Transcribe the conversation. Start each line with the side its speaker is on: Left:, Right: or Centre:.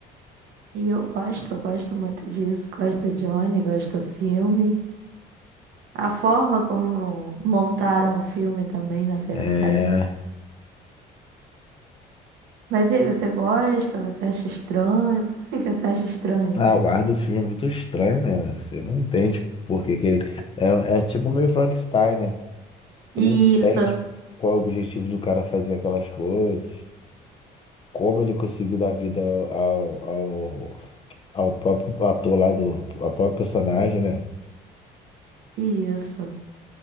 Right: E eu gosto, eu gosto muito disso. Gosto do Johnny, gosto do filme. A forma como montaram o filme também, na verdade.
Left: é...
Right: Mas e aí, você gosta? Você acha estranho? Por que que você acha estranho?
Left: Ah, o ar do filme é muito estranho, né? Você não entende por que que ele... É, é tipo meio Frankenstein, né? Tu
Right: Isso,
Left: não entende qual é o objetivo do cara fazer aquelas coisas, como ele conseguiu dar vida ao, ao, ao próprio ator lá do, ao próprio personagem, né?
Right: isso.